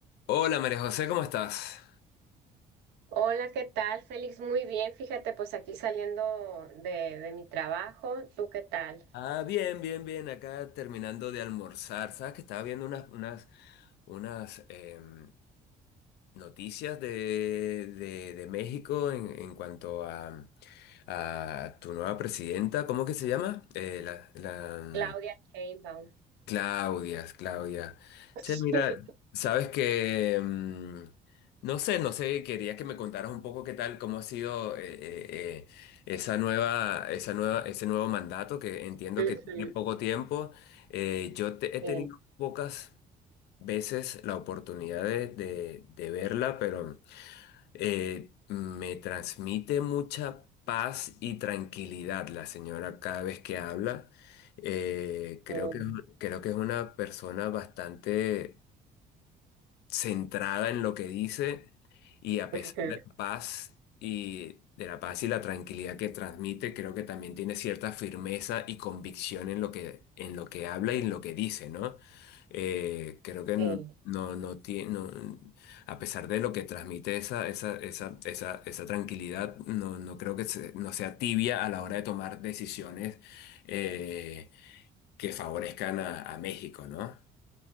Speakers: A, on the left; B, on the right.
A: Hola María José, ¿cómo estás?
B: Hola, ¿qué tal, Félix? Muy bien, fíjate, pues aquí saliendo de, de mi trabajo. ¿Tú qué tal?
A: Ah, bien, bien, bien, acá terminando de almorzar. Sabes que estaba viendo unas, unas, unas em, noticias de, de, de México en, en cuanto a, a tu nueva presidenta, ¿cómo que se llama? Eh, la, la,
B: Claudia Sheinbaum.
A: Claudia, Claudia.
B: <laughs>
A: Che, mira, sabes que mm, no sé, no sé, quería que me contaras un poco qué tal, cómo ha sido eh, eh, eh, esa nueva, esa nueva, ese nuevo mandato que entiendo
B: Ujú,
A: que tiene poco tiempo. Eh, yo te- he
B: Sí,
A: tenido pocas veces la oportunidad de, de, de verla, pero eh, me transmite mucha paz y tranquilidad la señora cada vez que habla. Eh, creo
B: ujú,
A: que, creo que es una persona bastante centrada en lo que dice y a Sí.
B: ujú,
A: pesar de la paz y de la paz y la tranquilidad que transmite, creo que también tiene cierta firmeza y convicción en lo que, en lo que habla y en lo que dice, ¿no? Eh, creo que n-
B: sí,
A: no, no tiene, a pesar de lo que transmite esa, esa, esa, esa, esa tranquilidad, no, no creo que se- no sea tibia a la hora de tomar decisiones eh, que favorezcan a, a México, ¿no?